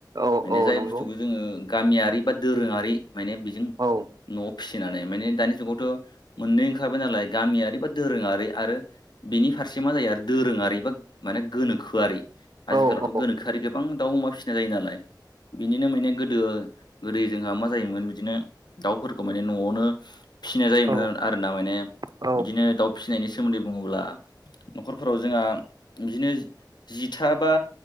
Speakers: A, on the right; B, on the left.
A: औ
B: माने
A: औ
B: जाय
A: नंगौ
B: बुस्थुखौ जोङो गामियारि बा दोरोङारि माने बेजों
A: औ
B: न'आव फिसिनानै माने दानि जुगावथ' मोननै ओंखारबाय नालाय गामियारि बा दोरोङारि आरो बिनि फारसे मा जायो आरो दोरोङारि बा माने गोनोखोआरि आजि
A: औ
B: खालिथ'
A: औ
B: गोनोखोआरि गोबां दाउ अमा फिसिनाय जायो नालाय। बिनिनो माने गोदो-गोदोयै जोंहा मा जायोमोन बिदिनो दाउफोरखौ माने न'आवनो फिनाय जायोमोन
A: औ
B: आरो-आरोना माने
A: औ
B: बिदिनो दाउ फिनायनि सोमोन्दै बुङोब्ला न'खरफोराव जोंहा बिदिनो जि-जिथा बा